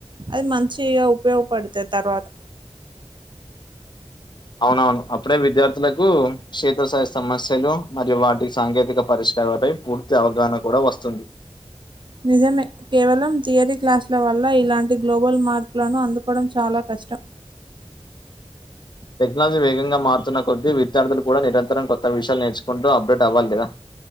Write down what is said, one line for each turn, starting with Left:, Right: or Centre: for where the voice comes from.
Right: అది మంచిగా ఉపయోగపడుతది తర్వాత
Left: అవునవును అప్పుడే విద్యార్థులకు క్షేత్ర స్థాయి సమస్యలు మరియు వాటి సాంకేతిక పరి లపై పూర్తి అవగాహన కూడా వస్తుంది
Right: నిజమే కేవలం థియరీ క్లాస్ల వల్ల ఇలాంటి గ్లోబల్ మార్కులను అందుకోవడం చాలా క కష్టం
Left: టెక్నాలజీ వేగంగా మారుతున్న కొద్ది విద్యార్థులు కూడా నిర నిరంతరం కొత్త విషయాలు నేర్చుకుంటూ అప్డేట్వ్వాలి కదా